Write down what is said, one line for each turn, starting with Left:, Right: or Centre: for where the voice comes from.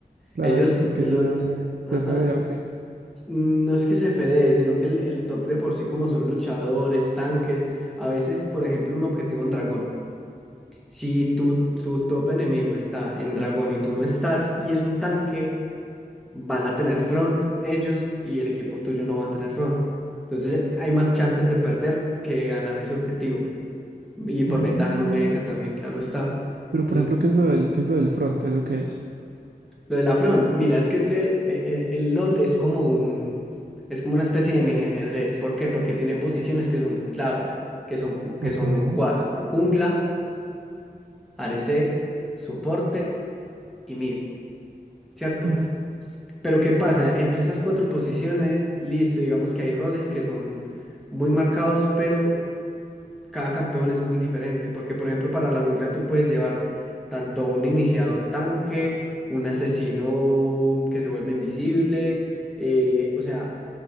Right: Claro,
Centre: Ellos,
Right: porque
Centre: lo,
Right: si no se,
Centre: ajá,
Right: se fedea o qué.
Centre: no es que se fedee, sino que el, el top de por sí, como son luchadores, tanques, a veces, por ejemplo, un objetivo en dragón. Si tu, tu top enemigo está en dragón y tú no estás y es un tanque, van a tener front ellos y el equipo tuyo no va a tener front. Entonces hay más chances de perder que de ganar ese objetivo. Y por
Right: Mm,
Centre: ventaja numérica también, claro está.
Right: Pero por
Centre: Entonces,
Right: ejemplo, ¿qué es lo del, qué es lo del front? ¿Eso qué es?
Centre: lo de la front, mira, es que le- eh, el, el LOL es como un, es como una especie de mini ajedrez. ¿Por qué? Porque tiene posiciones que son claves, que son, cu- que
Right: Ujú,
Centre: son cuatro. Jungla, ADC, soporte y mid, ¿cierto?
Right: ujú,
Centre: Pero ¿qué pasa? Entre esas cuatro posiciones, listo, digamos que hay roles que son muy marcados, pero cada campeón es muy diferente, porque por ejemplo para la jungla tú puedes llevar tanto un iniciador tanque, un asesino que se vuelve invisible, eh, o sea,